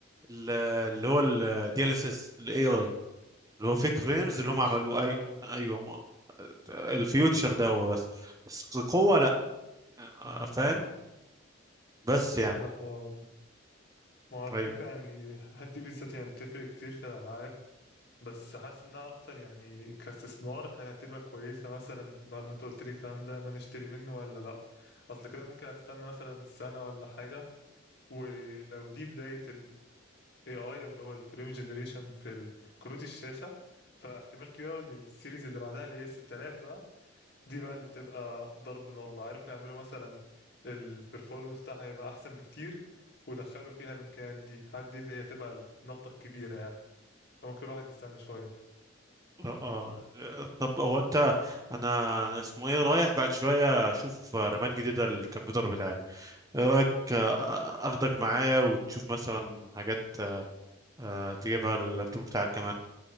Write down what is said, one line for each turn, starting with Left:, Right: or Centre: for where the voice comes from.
Right: ال- اللي هو الدي ال اس اس الاي اي اللي هو فيك
Left: الفريم
Right: فريمز
Left: جنريشن
Right: اللي هم عملوه اي
Left: أيوه
Right: ايوه هم الفيوتشر ده هو بس بس قوة لا آه،
Left: مم.
Right: فاهم بس يعني
Left: ما ده حوار ده ما هو على
Right: ايوه
Left: فكرة يعني الحتة دي بالذات يعني بتفرق كتير في الألعاب بس حاسس انها اكتر يعني كاستثمار هل هتبقى كويسه مثلا بعد ما انت قلت لي الكلام ده ان انا اشتري منه ولا لا اصل كده ممكن استنى مثلا سنه ولا حاجه ولو دي بدايه ال AI اللي هو الفريم جنريشن في ال- كروت الشاشه فاحتمال كبير أوي ان السيريز اللي بعدها اللي هي 6000 بقى دي بقى اللي تبقى ضرب نار الله عارف يعملوا مثلا البرفورمانس بتاعها هيبقى احسن بكتير ودخلوا فيها الامكانيات دي حاسس دي اللي هي تبقى النطه الكبيره يعني فممكن الواحد يستنى شويه
Right: اه آه. طب هو انت انا أنا اسمه ايه رايح بعد شوية اشوف رامات جديدة للكمبيوتر بتاعي ايه رأيك آه، اخدك معايا وتشوف مثلا حاجات آه، تجيبها اللابتوب بتاعك كمان